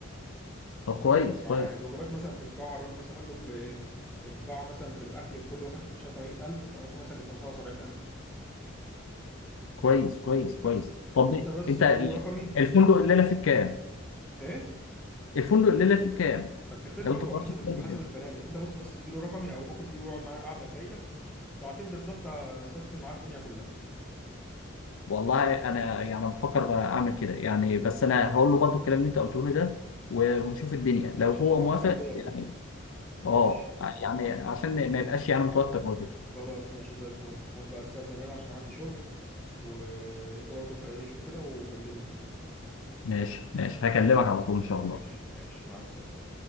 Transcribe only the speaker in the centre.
هتوفر
معاه
الوجبات مثلا في القاعه الراجل مثلا قال له ب القاعه مثلا بالاكل بكله مثلا تخشها 80000 انا ممكن مثلا أجي اخلصها 70000
بس
انت
بس
اديله
رقمي
ايه
ما بتختلف
برضه
حسب
ال- حسب الفنادق فانت بص بس اديله رقمي او ممكن تجيبه يقعد معانا القعده الجايه ساعتين بالظبط اسست معاه الدنيا كلها
ماشي
عشان يبقى عنده
خلفيه برضه
ماشي
خلاص ماشي زي الفل هقوم بقى استأذن انا عشان عندي شغل وانت برضو بقى ايه شوف كده وكلمني يعني
خلاص.
ماشي
ماشي مع السلامة